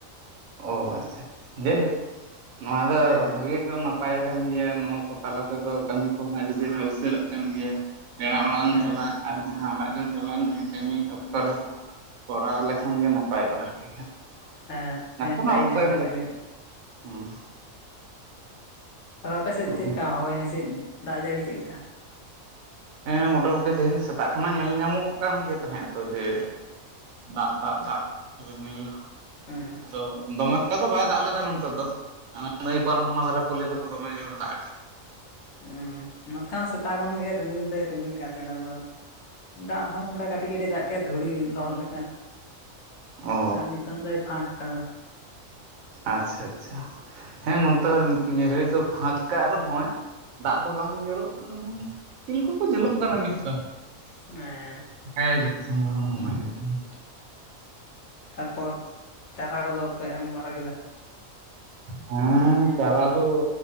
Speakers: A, on the right; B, on the left.
A: ᱚ ᱟᱪᱪᱷᱟ ᱟᱪᱪᱷᱟ ᱡᱟᱭᱦᱳᱠ <unintelligible> ᱱᱚᱣᱟ ᱫᱚ
B: ᱦᱮᱸ
A: ᱵᱷᱟᱹᱜᱤ ᱱᱟᱯᱟᱭ ᱠᱟᱱ ᱜᱮᱭᱟ ᱱᱚᱣᱟ ᱠᱚ ᱛᱟᱞᱟ ᱛᱮᱫᱚ ᱠᱟᱹᱢᱤ ᱠᱚᱦᱚᱸ ᱟᱹᱰᱤ ᱪᱮᱦᱨᱟ ᱩᱥᱟᱹᱨᱟᱜ ᱠᱟᱱ ᱜᱮᱭᱟ ᱯᱮᱲᱟ ᱚᱲᱟᱜ ᱮᱢ
B: ᱦᱮᱸ
A: ᱪᱟᱞᱟᱜ ᱟᱨ ᱡᱟᱦᱟᱸ ᱚᱲᱟᱜ ᱜᱮᱢ ᱪᱟᱞᱟᱜ ᱱᱩᱭ ᱠᱟᱹᱢᱤ ᱚᱠᱛᱚ ᱨᱮ ᱠᱚᱨᱟᱣ ᱞᱮᱠᱷᱟᱱ ᱜᱮ ᱱᱟᱯᱟᱭᱚᱜᱼᱟ ᱟᱨᱠᱤ ᱦᱟᱹᱜ
B: ᱦᱮᱸ
A: ᱱᱟᱥᱮᱱᱟᱜ
B: ᱦᱮᱸ ᱴᱟᱭᱤᱢ
A: ᱚᱠᱛᱚ ᱮᱢ
B: ᱠᱟᱛᱮᱫ
A: ᱠᱟᱛᱮ᱾
B: ᱠᱟᱹᱴᱤᱡ
A: <unintelligible> ᱦᱮᱸ
B: <unintelligible> ᱟᱫᱚ ᱟᱯᱮ ᱥᱮᱫ
A: ᱦᱮᱸ
B: ᱪᱮᱫ ᱞᱮᱠᱟ ᱦᱚᱭ ᱦᱤᱸᱥᱤᱫ ᱫᱟᱜ ᱡᱟᱹᱲᱤ ᱪᱮᱫ ᱞᱮᱠᱟ‍?
A: ᱦᱮᱸ ᱢᱚᱴᱟ ᱢᱩᱴᱤ ᱛᱮᱦᱮᱱ ᱫᱚ ᱥᱮᱛᱟᱜ ᱠᱷᱚᱱᱟᱜ ᱧᱮᱞ ᱧᱟᱢᱚᱜᱼᱚᱜ ᱠᱟᱱ ᱜᱮ ᱛᱟᱦᱮᱫ ᱟᱛᱚ ᱡᱮ ᱫᱟᱜ ᱫᱟᱜ ᱫᱟᱜ ᱨᱤᱢᱤᱞ
B: ᱦᱮᱸ
A: ᱛᱚ ᱫᱚᱢᱮᱠᱴᱟ ᱫᱚ ᱵᱟᱭ ᱫᱟᱜ ᱞᱮᱫᱟ ᱱᱚᱛᱮ ᱫᱚ ᱦᱟᱱᱮ ᱱᱟᱹᱭ ᱯᱟᱨᱚᱢ ᱦᱟᱱᱟ ᱫᱷᱟᱨᱮ ᱠᱚ ᱞᱟᱹᱭ ᱮᱫᱟᱠᱚ ᱫᱚᱢᱮ ᱡᱳᱨᱮ ᱫᱟᱜ ᱟᱠᱟᱫᱼᱟ
B: <unintelligible> ᱱᱚᱛᱮ ᱦᱚᱸ ᱥᱮᱛᱟᱜ ᱠᱷᱚᱱᱜᱮ ᱨᱤᱢᱤᱞ ᱫᱚᱭ ᱨᱤᱢᱤᱞ ᱟᱠᱟᱫ ᱛᱟᱦᱮᱱᱟ ᱟᱫᱚ ᱫᱟᱜ ᱦᱚᱸ ᱚᱱᱠᱟ ᱠᱟᱹᱴᱤᱡ ᱠᱟᱹᱴᱤᱡ ᱫᱟᱜ ᱠᱮᱫᱟ ᱫᱷᱩᱲᱤ ᱞᱚᱦᱚᱫ ᱞᱮᱠᱟ᱾ <unintelligible>
A: ᱚ
B: ᱟᱨ ᱱᱤᱛᱳᱝ ᱫᱚᱭ ᱯᱷᱟᱸᱠ ᱟᱠᱟᱫᱟ᱾
A: ᱟᱪᱪᱷᱟ ᱟᱪᱷᱟ, ᱦᱮᱸ ᱱᱚᱛᱮ ᱱᱤᱭᱟᱹ ᱜᱷᱟᱹᱲᱤᱡ ᱫᱚ ᱯᱷᱟᱸᱠ ᱠᱟᱜ ᱨᱮᱦᱚᱸᱭ ᱫᱟᱜ ᱫᱚ ᱵᱟᱝ ᱧᱩᱨᱚᱜ ᱠᱟᱱ ᱨᱮᱦᱚ ᱤᱯᱤᱞ ᱠᱚᱠᱚ ᱧᱮᱞᱚᱜ ᱠᱟᱱᱟ ᱢᱤᱫ ᱵᱟᱨ᱾
B: ᱦᱮ᱾
A: ᱦᱮᱸ ᱡᱚᱛᱚ ᱥᱚᱢᱚᱭ <unintelligible>
B: ᱛᱟᱨᱯᱚᱨ <unintelligible> ᱪᱟᱨᱟ ᱠᱚᱫᱚ ᱯᱮ ᱮᱢ ᱵᱟᱲᱟ ᱠᱮᱫᱟ?
A: ᱦᱮᱸ ᱪᱟᱨᱟ ᱫᱚ